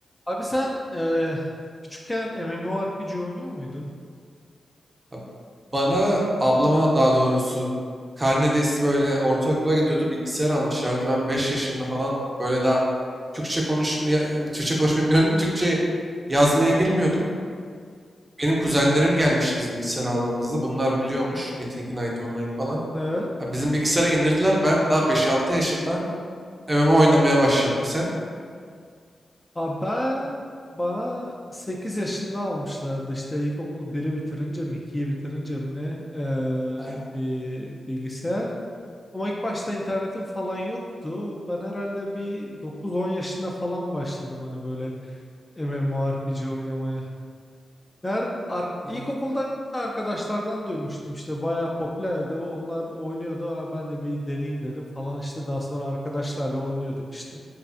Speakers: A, on the left; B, on the right.
A: Abi sen e, küçükken MMORPG oynuyor muydun?
B: Ab- Bana ablama daha doğrusu karnedeysi böyle ortaokula gidiyordu bilgisayar almışlardı. Ben 5 yaşında falandım. Böyle daha Türkçe konuşma, ya- Türkçe konuşmayı bilmiyordum. Türkçe yazmayı bilmiyordum. Benim kuzenlerim gelmişti biz bilgisayar aldığımızda. Bunlar biliyormuş. Metin 2 Night Online falan.
A: Evet.
B: Ha, Bizim bilgisayara indirdiler. Ben daha beş altı yaşında MMO oynamaya başladım. Sen?
A: Abi ben bana 8 yaşında almışlardı işte ilkokul biri bitirince mi 2'yi bitirince mi ne e,
B: Aynen.
A: bir bilgisayar. Ama ilk başta internetim falan yoktu. Ben herhalde bir dokuz on yaşında falan başladım hani böyle MMORPG oynamaya. Nerede, ar
B: Abi
A: ilkokulda arkadaşlardan duymuştum işte bayağı popülerdi. Onlar oynuyordu. "Aa, ben de bir deneyeyim dedim falan işte daha sonra arkadaşlarla oynuyorduk işte.